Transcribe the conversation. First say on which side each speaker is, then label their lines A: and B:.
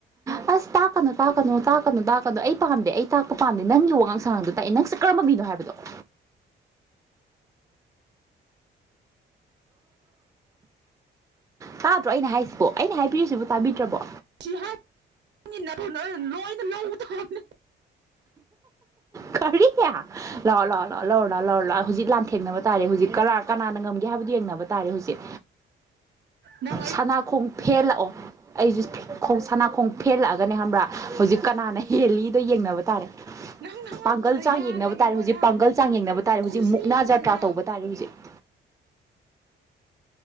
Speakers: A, on the right (about 15°); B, on the right (about 60°).
A: ꯑꯁ ꯇꯥꯀꯥꯅ ꯇꯥꯀꯅꯨ ꯇꯥꯀꯅ ꯑꯗꯣ ꯑꯩ ꯄꯥꯝꯗꯦ ꯑꯩ ꯇꯥꯛꯄ ꯄꯥꯝꯗꯦ ꯅꯪꯒꯤ ꯋꯥꯉꯥꯡ ꯁꯉꯥꯡꯗꯣ ꯇꯥꯛꯑꯦ ꯅꯪꯁꯦ ꯀꯔꯝꯕ ꯃꯤꯅꯣ ꯍꯥꯏꯕꯗꯣ <unintelligible> ꯇꯥꯗ꯭ꯔꯣ ꯑꯩꯅ ꯍꯥꯏꯁꯤꯕꯣ ꯑꯩꯅ ꯍꯥꯏꯕꯤꯔꯤꯁꯤꯕꯨ ꯇꯥꯕꯤꯗ꯭ꯔꯕꯣ
B: ꯁꯤ ꯍꯥꯏꯤ ꯂꯣꯏꯅ ꯂꯧꯗꯕꯅꯤ
A: ꯀꯔꯤ ꯀꯦ ꯂꯥꯛꯑꯣ ꯂꯥꯛꯑꯣ ꯂꯥꯛꯑꯣ ꯂꯔ ꯂꯥꯛ ꯂꯥꯛꯔ ꯂꯥꯛꯑꯣ ꯍꯧꯖꯤꯛ ꯂꯥꯟꯊꯦꯡꯅꯕ ꯇꯥꯔꯦ ꯍꯧꯖꯤꯛ ꯀ ꯀꯅꯥꯅ ꯉꯝꯒꯦ ꯍꯥꯏꯕꯗꯨ ꯌꯦꯡꯅꯕ ꯇꯥꯔꯦ ꯍꯧꯖꯤꯛ
B: ꯅꯪ ꯑꯩ
A: ꯁꯅꯥꯈꯣꯡ ꯐꯦꯜꯂꯛꯑꯣ ꯑꯩꯁꯨꯣꯡ ꯁꯅꯥ ꯈꯣꯡ ꯐꯦꯜꯂꯛꯑꯒꯅꯦ ꯈꯪꯕ꯭ꯔꯥ ꯍꯧꯖꯤꯛ ꯀꯅꯥꯅ ꯍꯦꯜꯂꯤꯗꯣ ꯌꯦꯡꯅꯕ ꯇꯥꯔꯦ <unintelligible>
B: ꯅꯪ ꯅꯉꯛꯇꯨꯗ
A: ꯄꯥꯡꯒꯜ ꯆꯥꯡ
B: ꯌꯥꯜꯂꯒꯦꯀꯣ
A: ꯌꯦꯡꯅꯕ ꯇꯥꯔꯦ ꯍꯧꯖꯤꯛ
B: ꯅꯪ
A: ꯄꯥꯡꯒꯜ ꯆꯥꯡ ꯌꯦꯡꯅꯕ ꯇꯥꯔꯦ ꯍꯧꯖꯤꯛ
B: ꯈꯨꯖꯦꯡꯁꯤꯅ
A: ꯃꯨꯛꯅꯥ ꯖꯇ꯭ꯔꯥ ꯇꯧꯕ ꯇꯥꯔꯦ ꯍꯧꯖꯤꯛ <unintelligible>